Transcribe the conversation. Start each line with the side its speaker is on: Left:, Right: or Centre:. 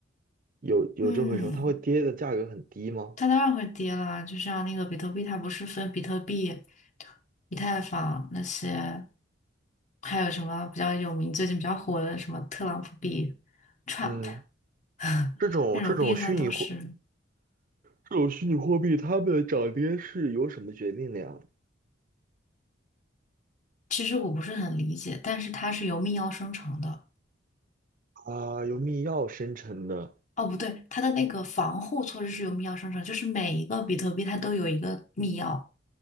Right: 有有这回事吗？
Left: 嗯。
Right: 它会跌的价格很低吗？
Left: 它当然会跌啦，就像那个比特币，它不是分比特币、以太坊那些，还有什么比较有名、最近比较火的什么特朗普币、Trump
Right: 嗯，
Left: <laughs>
Right: 这种这种虚拟货
Left: 那种币，它都是。
Right: 这种虚拟货币，它们的涨跌是由什么决定的呀？
Left: 其实我不是很理解，但是它是由密钥生成的。
Right: 啊，由密钥生成的，
Left: 哦，不对，它的那个防护措施是由密钥生成，就是每一个比特币它都有一个密钥。